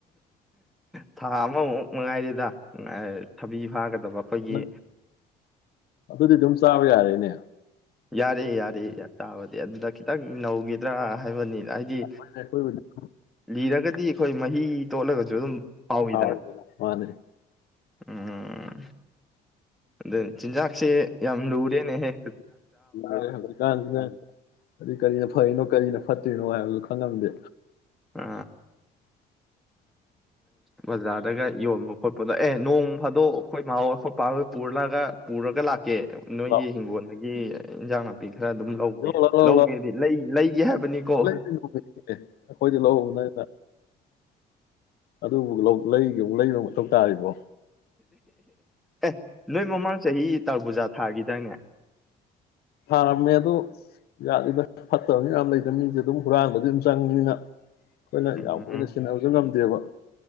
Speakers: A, in the centre; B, on the left.
A: ꯊꯥ ꯑꯃꯃꯨꯛ ꯃꯉꯥꯏꯔꯤꯗ ꯊꯕꯤ ꯐꯥꯒꯗꯕ ꯑꯩꯈꯣꯏꯒꯤ
B: ꯅꯪ ꯑꯗꯨꯗꯤ ꯑꯗꯨꯝ ꯆꯥꯕ ꯌꯥꯔꯦꯅꯦ
A: ꯌꯥꯔꯦꯌꯦ ꯌꯥꯔꯌꯦ ꯇꯥꯕꯗꯤ ꯑꯗꯨꯗ ꯈꯤꯇꯪ ꯅꯧꯈꯤꯗ꯭ꯔꯥ ꯍꯥꯏꯕꯅꯤꯅ ꯍꯥꯏꯗꯤ
B: ꯑꯩꯈꯣꯏꯕꯨꯗꯤ
A: ꯂꯤꯔꯒꯗꯤ ꯑꯩꯈꯣꯏ ꯃꯍꯤ ꯇꯣꯠꯂꯒꯁꯨ ꯑꯗꯨꯝ ꯐꯥꯎꯋꯤꯗꯅ
B: ꯍꯥꯎꯗꯅ ꯃꯥꯅꯦ
A: ꯎꯝ ꯑ ꯆꯤꯟꯖꯥꯁꯦ ꯌꯥꯝ ꯂꯨꯔꯦꯅꯦ ꯍꯦ
B: ꯍꯧꯖꯤꯛꯀꯥꯟꯁꯤꯅꯦ ꯑꯗꯨ ꯀꯔꯤꯅ ꯐꯩꯅꯣ ꯀꯔꯤꯅꯣ ꯐꯠꯇꯣꯏ ꯅꯨꯡꯉꯥꯏꯕꯗꯨ ꯈꯪꯉꯝꯗꯦ
A: ꯑ ꯕꯖꯥꯔꯗꯒ ꯌꯣꯟꯕ ꯈꯣꯠꯄꯗꯣ ꯑꯦ ꯅꯣꯡ ꯐꯥꯗꯣꯛ ꯑꯩꯈꯣꯏ ꯃꯥꯣꯏ ꯈꯣꯠꯄꯣꯏ ꯄꯨꯔꯂꯒ ꯄꯨꯔꯒ ꯂꯥꯛ ꯦ ꯅꯣꯏꯒꯤ
B: ꯂꯥꯎ
A: ꯍꯤꯡꯒꯣꯟꯗꯦ ꯖꯅꯄꯤ ꯈꯔ ꯑꯗꯨꯝ ꯂꯧꯒꯦ
B: ꯂꯧ ꯂꯥꯎ ꯂꯥꯎ
A: ꯂꯧꯒꯦꯗꯤ
B: ꯂꯥꯎ
A: ꯂꯩꯒꯦ ꯍꯥꯏꯕꯅꯤꯀꯣ
B: ꯂꯩꯗꯣꯏꯅꯣ ꯑꯩꯈꯣꯏꯗꯤ ꯂꯧꯍꯧꯕ ꯅꯪꯅ ꯑꯗꯨꯕꯨ ꯂꯩꯕ ꯃꯊꯧ ꯇꯥꯔꯤꯕꯣ
A: ꯑꯦ ꯅꯣꯏ ꯃꯃꯥꯡ ꯆꯍꯤ ꯇꯔꯕꯨꯖꯥ ꯊꯥꯒꯤꯗꯥꯏꯅꯦ
B: ꯊꯥꯔꯝꯃꯦ ꯑꯗꯨ ꯌꯥꯠꯜꯂꯤꯗ ꯐꯠꯇꯕꯅꯤ ꯃꯌꯥꯝ ꯂꯩꯗꯅ ꯃꯤꯁꯦ ꯑꯗꯨꯝ ꯍꯨꯔꯥꯟꯕꯗꯗꯤ ꯑꯗꯨꯝ ꯆꯪꯉꯤꯅꯤꯅ ꯑꯩꯈꯣꯏꯅ
A: ꯎꯝ
B: ꯌꯥꯝ ꯀꯨꯏꯅ ꯁꯤꯟꯅꯕꯁꯨ ꯉꯝꯗ <unintelligible>